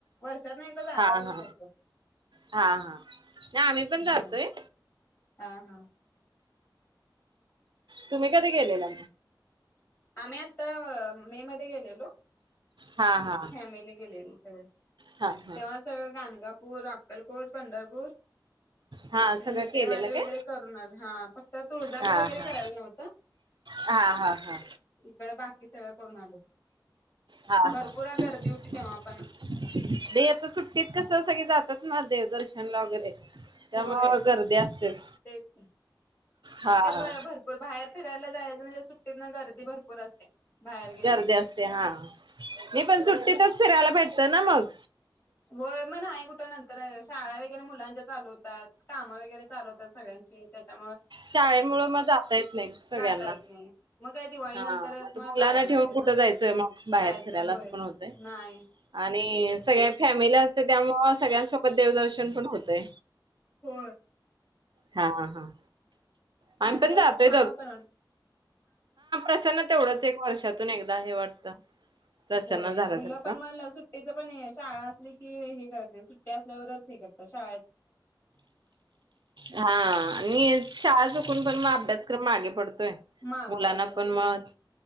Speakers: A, on the left; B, on the right.
A: वर्षातन एकदा जातातच
B: हा हा
A: लोकं.
B: हा हा नाही आम्ही पण
A: ह्.
B: जातोय
A: हा हा.
B: तुम्ही कधी गेलेला?
A: आम्ही आता मे मध्ये गेलेलो,
B: हा हा
A: फॅमिली गेलेली. हम.
B: हा हा
A: तेव्हा सगळं गाणगापूर, अक्कलकोट, पंढरपूर,
B: हा
A: नरसोबावाडी
B: सगळं केलेलं
A: वगैरे
B: काय?
A: करून आलो, हा फक्त तुळजापूर
B: हा
A: वगैरे
B: हा
A: करायला नव्हतं.
B: हा हा हा
A: इकड बाकी सगळ करून आलो
B: हा
A: भरपूर
B: हा दे
A: गर्दी होती तेव्हा पण
B: आता, सुट्टीत कस सगळे जातात ह देवदर्शन ला वगैरे त्यामुळं
A: होय
B: गर्दी असतेच.
A: तेच
B: हा
A: सुट्टीत
B: हा
A: बाहेर भरपूर बाहेर फिरायला जायचं म्हणजे सुट्टीत ना गर्दी भरपूर असते, बाहेर गेलं
B: गर्दी
A: कि.
B: असते हा मी पण सुट्टीतच फिरायला भेटत न मग
A: होय मण आहे कुठं नंतर शाळा वगैरे मुलांच्या चाल काम वगैरे चालवतात सगळ्यां त्याच्या
B: शाळे मुळं मग जाता येत नाही सगळ्यांना.
A: जाता येत नाही. मग काय दिवाळी
B: हा
A: नंतरच
B: मग मुलांना
A: काढायला लागते
B: ठेवून कुठं
A: ना
B: जायचंय मग बाहेर
A: जायचं
B: फिरायला
A: होय.
B: असं पण होतय.
A: नाही
B: आणि सगळ्या फॅमिली असते त्यामु सगळ्यांसोबत देवदर्शन पण होतय.
A: हो
B: हा हा हा आम्ही
A: हम
B: पण
A: जैसे
B: जातोय
A: छान पण वाटते.
B: असं ना तेवढंच एक वर्षातून एकदा हे वाटतं. प्रसन्न
A: होय
B: झाल्यासारखं
A: मुलं पण म्हणलं सुट्टेच पण शाळा असली की हे करते सुट्ट असल्यावरचत शा
B: हा आणि शाळा चू पण अभ्यासक्रम मागे पडतो.
A: मागं
B: मुलांना
A: पडतोय होय
B: पण म